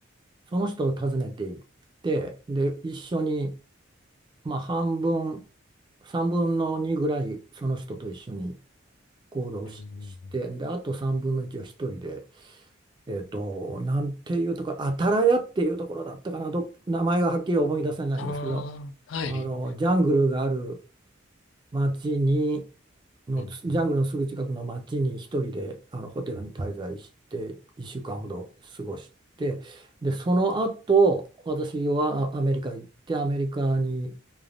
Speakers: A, on the right; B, on the left.
A: その人を訪ねていって、で、一緒に、まあ、半分、3分の2ぐらい、その人と一緒に行動し、
B: うんうんうん。
A: して、で、あと3分の1は一人で、えっと、なんていうところ、アタラヤっていうところだったかな、ど、名前がはっきり思い出せないんですけど、
B: ああ、はい。
A: あのジャングルがある。町にのジャングルのすぐ近くの町に一人であのホテルに滞在して1週間ほど過ごしてでその後私はあアメリカ行ってアメリカに
B: うんうん